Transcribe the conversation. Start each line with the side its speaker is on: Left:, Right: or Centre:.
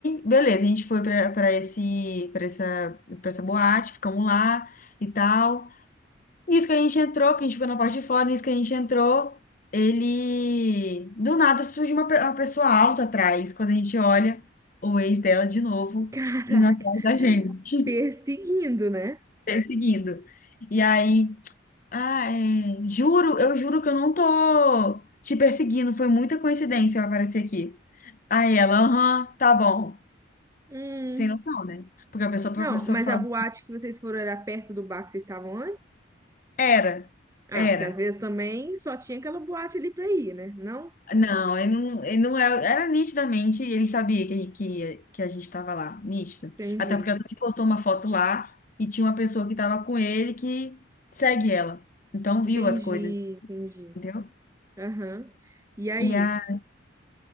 Left: beleza, a gente foi pra, pra esse, pra essa, pra essa boate, ficamos lá e tal. Nisso que a gente entrou, que a gente ficou na parte de fora, nisso que a gente entrou, ele. Do nada surge uma, pe- uma pessoa alta atrás, quando a gente olha o ex dela de novo
Right: <laughs> Caraca.
Left: indo atrás da gente,
Right: Perseguindo, né?
Left: <laughs> perseguindo. E aí, ah, é, juro, eu juro que eu não tô te perseguindo, foi muita coincidência eu aparecer aqui. Aí ela, aham, tá bom.
Right: Hum.
Left: Sem noção, né? Porque a pessoa,
Right: Não,
Left: a pessoa
Right: mas
Left: fala,
Right: a boate que vocês foram era perto do bar que vocês estavam antes?
Left: era,
Right: Ah,
Left: era.
Right: porque às vezes também só tinha aquela boate ali pra ir, né? Não?
Left: Não, ele não, ele não é- era nitidamente, ele sabia que, a gente- que, que a gente estava lá, nítido.
Right: Entendi.
Left: Até porque ela também postou uma foto lá e tinha uma pessoa que estava com ele que segue ela. Então
Right: Entendi,
Left: viu as coisas,
Right: entendi.
Left: entendeu?
Right: Aham. E aí?
Left: E, a,